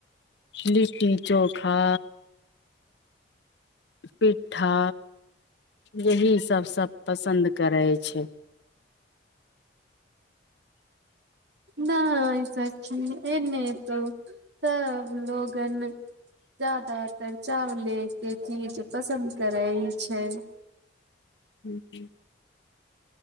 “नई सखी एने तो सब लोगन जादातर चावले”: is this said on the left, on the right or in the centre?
Right